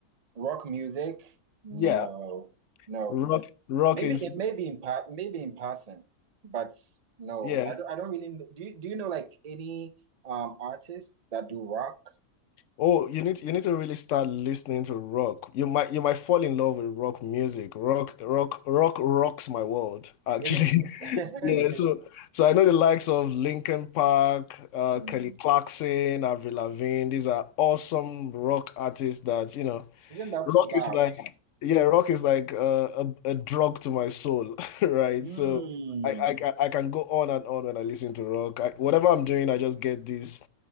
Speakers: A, on the right (about 80°); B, on the left (about 65°).
A: rock music? No,
B: Yeah.
A: no.
B: Rock rock
A: Maybe
B: is
A: in maybe in part maybe in passing, but no,
B: yeah.
A: I don't I don't really know. Do you do you know like any um artists that do rock?
B: Oh, you need you need to really start listening to rock. You might you might fall in love with rock music. Rock rock rock rocks my world, actually.
A: Isn't <laughs>
B: <laughs> Yeah, so so I know the likes of Linkin Park, uh,
A: Mm.
B: Kelly Clarkson, Avril Lavigne. These are awesome rock artists that, you know,
A: isn't that
B: rock
A: too loud?
B: is like yeah, rock is like uh, a, a drug to my soul, <laughs> right?
A: Mm.
B: So I, I ca- I can go on and on when I listen to rock. I, whatever I'm doing, I just get this